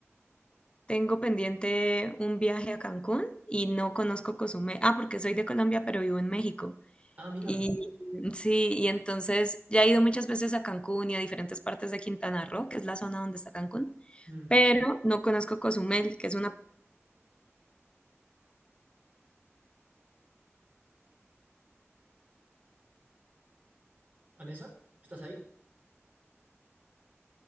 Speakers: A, on the left; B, on the right.
A: Tengo pendiente un viaje a Cancún y no conozco Cozumel. Ah, porque soy de Colombia, pero vivo en México.
B: Ah, mira.
A: Y sí, y entonces ya he ido muchas veces a Cancún y a diferentes partes de Quintana Roo, que es la zona donde está Cancún,
B: Mm.
A: pero no conozco Cozumel, que es una...
B: ¿Vanessa? ¿Estás ahí?